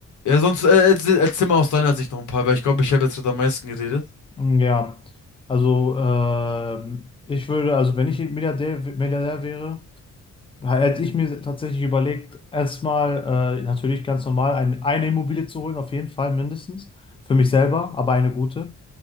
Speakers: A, on the left (about 70°); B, on the left (about 20°).
A: Ja, sonst äh, erzähl, erzähl mal aus deiner Sicht noch ein paar, weil ich glaube, ich habe jetzt gerade am meisten geredet.
B: Hm, Ja, also ähm, ich würde, also wenn ich Milliardär, Milliardär wäre, hätte ich mir tatsächlich überlegt, erstmal äh, natürlich ganz normal ein, eine Immobilie zu holen, auf jeden Fall mindestens, für mich selber, aber eine gute,